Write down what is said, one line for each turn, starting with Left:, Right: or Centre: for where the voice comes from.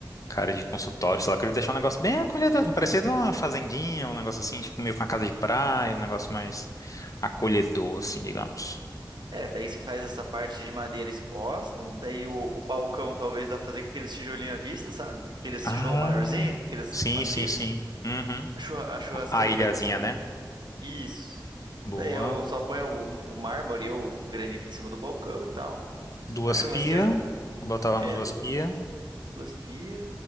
Left: cara de consultório, sei lá. Eu queria deixar um negócio bem acolhedor, assim, parecido uma fazendinha, um negócio assim, tipo meio com uma casa de praia, um negócio mais acolhedor, assim, digamos.
Right: É, daí você faz essa parte de madeira exposta, daí o, o balcão talvez dá pra fazer com aqueles tijolinhos à vista, sabe? Aqueles
Left: Ah,
Right: tijolo maiorzinho, aqueles
Left: sim,
Right: maciços.
Left: sim, sim. Uhum.
Right: A churra- a churrasqueira
Left: A ilhazinha,
Right: faz nesse
Left: né?
Right: Isso.
Left: Boa.
Right: Daí eu só ponho o, o mármore ou o granito em cima do balcão e tal.
Left: Duas
Right: A churrasqueira
Left: pia, botava
Right: é
Left: umas duas
Right: du-
Left: pia.
Right: duas pias.